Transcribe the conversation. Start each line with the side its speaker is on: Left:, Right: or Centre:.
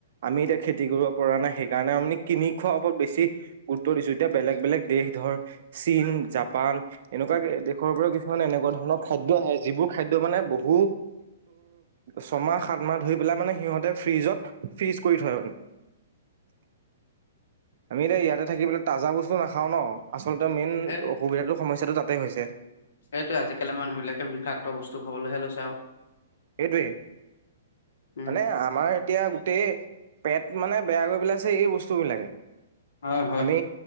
Right: আমি এতিয়া খেতি কৰক। পৰা নাই সেইকাৰণে আমি কিনি খোৱাৰ ওপৰত বেছি গুৰুত্ব দিছো এতিয়া বেলেগ বেলেগ দেশ ধৰ চীন জাপান এনেকুৱা দেশৰ পৰা কিছুমান এনেকুৱা ধৰণৰ খাদ্য আহে যিবোৰ খাদ মানে বহু ছাহ মাহ ধ পাই মানে সি ফ্ৰিজত ছিজ কৰি থয় মানে আমি দে ইয়াতে থাকিবলৈ তাজা বস্তু নাখাও ন? আচলতে মেইন
Left: সেই
Right: অসুবিধাটো সমস্যাটো তাতে হৈছে।
Left: সেইটোৱে আজিকালি মানুহ বিলাকে বিষাক্ত বস্তু খাবলৈহে লৈছে আৰু
Right: এইদি <unintelligible>
Left: <inaudible>
Right: মানে আমাৰ এতিয়া গোটেই পেট মানে বেয়া কৰি পেলাইছে এই বস্তু বিলাকে।
Left: হয় হয়
Right: আমি